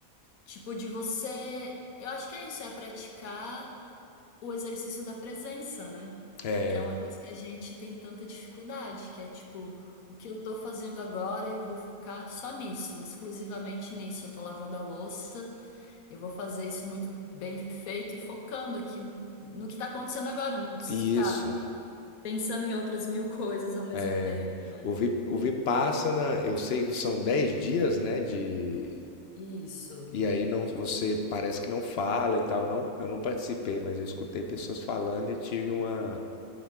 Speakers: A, on the left; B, on the left.
A: Tipo, de você. Eu acho que é isso, é praticar o exercício da presença, né?
B: É.
A: Que é uma coisa que a gente tem tanta dificuldade, que é tipo, o que eu tô fazendo agora, eu vou focar só nisso, exclusivamente nisso. Eu tô lavando a louça, eu vou fazer isso muito bem feito e focando aqui no, no que tá acontecendo agora. Eu não preciso
B: Isso.
A: estar pensando em outras mil coisas ao mesmo
B: É.
A: tempo, né?
B: O Vi, o Vipassana, eu sei que são 10 dias, né, de,
A: Isso,
B: E aí não, você parece que não fala e tal. Eu não, eu não participei, mas eu escutei pessoas falando e tive uma,